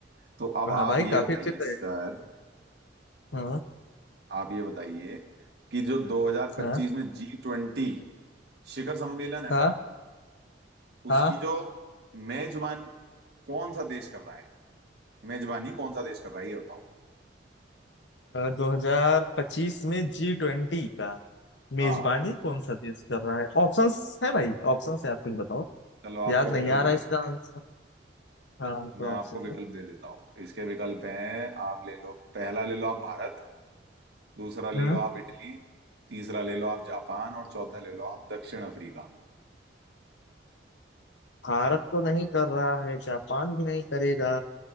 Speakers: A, on the right; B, on the left.
A: तो अब आप
B: हाँ भाई
A: ये
B: काफी
A: बताइए
B: अच्छे थे
A: सर
B: हाँ
A: आप ये बताइए कि जो 2025
B: हाँ
A: में जी ट्वेंटी शिखर सम्मेलन है
B: हाँ
A: ना उसकी
B: हाँ
A: जो मेजबान कौन सा देश कर रहा है मेजबानी कौन सा देश कर रहा है ये बताओ
B: दो हजार पच्चीस में जी ट्वेंटी का
A: हाँ
B: मेजबानी कौन सा देश कर रहा है ऑप्शंस है भाई ऑप्शंस है आप कुछ बताओ
A: चलो
B: याद
A: आपको
B: नहीं
A: विकल्प
B: आ रहा
A: दे
B: इसका
A: देते हैं
B: आंसर हाँ तो
A: मैं
B: ऑप्शन
A: आपको विकल्प
B: दे
A: दे देता हूँ इसके विकल्प हैं आप ले लो पहला ले लो आप भारत दूसरा ले
B: हम्म
A: लो आप इटली तीसरा ले लो आप जापान और चौथा ले लो आप दक्षिण अफ्रीका
B: भारत तो नहीं कर रहा है जापान भी नहीं करेगा